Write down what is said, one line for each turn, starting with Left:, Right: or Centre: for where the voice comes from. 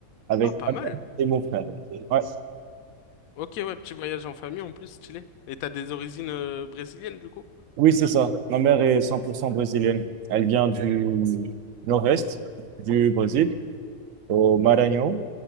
Right: avec
Left: Ah, pas
Right: ma
Left: mal.
Right: mère et mon frère. Ouais.
Left: Ok, ouais, petit voyage en famille en plus, stylé. Et t'as des origines euh, brésiliennes du coup?
Right: Oui, c'est ça. Ma mère est 100% brésilienne. Elle vient du nord-est du Brésil, au Maranhão.